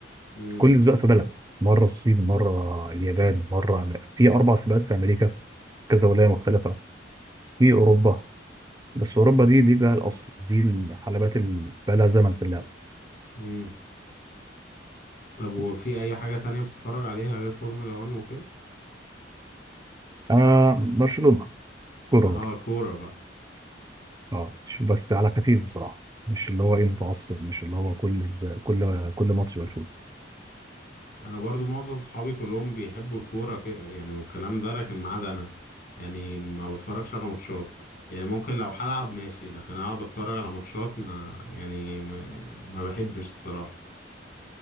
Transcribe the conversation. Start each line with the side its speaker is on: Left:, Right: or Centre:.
Left: امم
Right: كل سباق في بلد مره الصين مره اليابان مره أم- في اربع سباقات في امريكا كذا ولايه مختلفه في اوروبا بس اوروبا دي دي بقى الاصل دي الحلبات اللي بقى لها زمن في اللعبه
Left: امم طب وفي
Right: بس
Left: اي حاجة تانية بتتفرج عليها غير فورمولا 1 وكده
Right: آه برشلونه كوره
Left: اه
Right: برضه
Left: كورة بقى
Right: اه مش- بس على خفيف بصراحه مش اللي هو ايه متعصب مش اللي هو كل سباق كل كل ماتش بشوفه
Left: انا برضو معظم صحابي كلهم بيحبوا الكورة كده يعني والكلام ده لكن ما عدا انا يعني ما بتفرجش على ماتشات يعني ممكن لو هلعب ماشي لكن اقعد اتفرج على ماتشات ما يعني ما, ما بحبش الصراحة